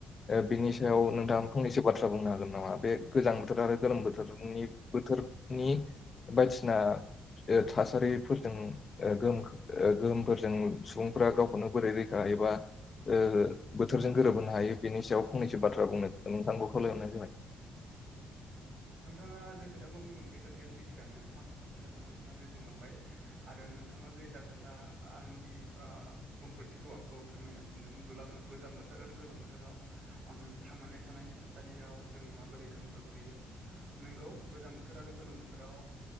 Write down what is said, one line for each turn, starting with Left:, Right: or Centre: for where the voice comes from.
Left: ओ बिनि सायाव नोंथांङा फंनैसो बाथ्रा बुंनो हागोन नामा बे गोजां बोथोर आरो गोलोम बोथोरनि बोथोर। नि बायदिसिना। थासारिफोरजों ओ गोहोम गोहोमफोरजों सुबुंफ्रा गावखौनो बोरै रैखा। ऐसा ओ बोथोर गोरोबहोनानै। नो हायो बेनि सायाव फंनैसो बाथ्रा बुंनो नोंथांखौ खावलायहरनाय जाबाय।
Right: नोंथाङा जे खोथाखौ बुंदों बे खोथाया सैथोआनो माखासे खोथाखौ नोंथाङा जे बुंलांबाय आरो। नोंथाङा जे जा खोथा आनि ओ बुंफोरथिखौ आंखौ फोरमायनो थिनदों गुलाम गोजान। बोथोराव आरो गोलोम बोथोराव आम थांनानै थानायनि थासारियाव जोङो माबोरै गोहोम खोख्लैयो। नोंगौ गोजां बोथोर आरो गोलोम बोथोराव